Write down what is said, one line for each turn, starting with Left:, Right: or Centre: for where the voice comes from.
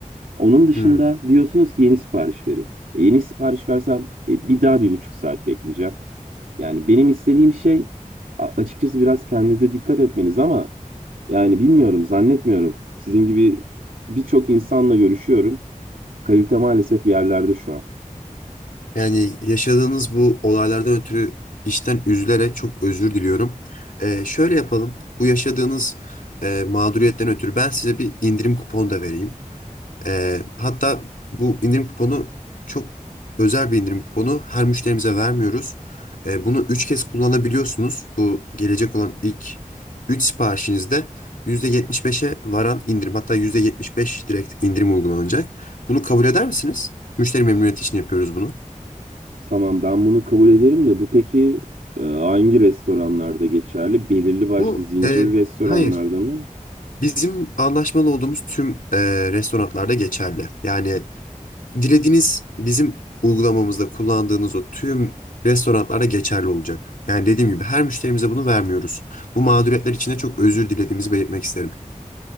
Right: Onun dışında
Left: Hmm.
Right: diyorsunuz ki yeni sipariş verin. E, yeni sipariş versem e, bir daha bir buçuk saat bekleyeceğim. Yani benim istediğim şey a- açıkçası biraz kendinize dikkat etmeniz ama yani bilmiyorum, zannetmiyorum. Sizin gibi birçok insanla görüşüyorum. Kalite maalesef yerlerde şu an.
Left: Yani yaşadığınız bu olaylardan ötürü işten üzülerek çok özür diliyorum. E, şöyle yapalım. Bu yaşadığınız e, mağduriyetten ötürü ben size bir indirim kuponu da vereyim. Ee, hatta bu indirim kuponu çok özel bir indirim kuponu. Her müşterimize vermiyoruz. Ee, bunu 3 kez kullanabiliyorsunuz. Bu gelecek olan ilk 3 siparişinizde yüzde yetmiş beşe varan indirim hatta %75 direkt indirim uygulanacak. Bunu kabul eder misiniz? Müşteri memnuniyeti için yapıyoruz bunu.
Right: Tamam ben bunu kabul ederim de bu peki e, hangi restoranlarda geçerli? Belirli başlı
Left: Bu
Right: zincir
Left: e,
Right: restoranlarda
Left: hayır.
Right: mı?
Left: Bizim anlaşmalı olduğumuz tüm e, restoranlarda geçerli. Yani dilediğiniz bizim uygulamamızda kullandığınız o tüm restoranlara geçerli olacak. Yani dediğim gibi her müşterimize bunu vermiyoruz. Bu mağduriyetler için de çok özür dilediğimizi belirtmek isterim.